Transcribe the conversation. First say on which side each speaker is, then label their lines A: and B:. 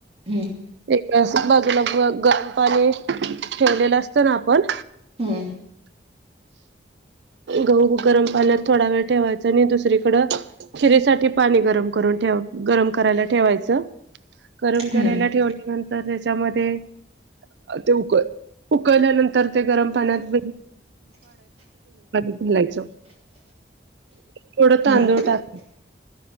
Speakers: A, on the right; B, on the right.
A: हम्म
B: एका सा बाजूला ग गरम पाणी ठेवलेलं असतं ना आपण
A: हम्म हम्म
B: गहू गरम पाण्यात थोडा वेळ ठेवायचा आणि दुसरीकडं खिरीसाठी पाणी गरम करून ठेव गरम करायला ठेवायचं. गरम करायला
A: हम्म
B: ठेवल नंतर त्याच्यामध्ये ते उक उकल्यानंतर ते गरम पाण्यात <unintelligible> घालायचं. थोडं तांदूळ
A: हा
B: टाक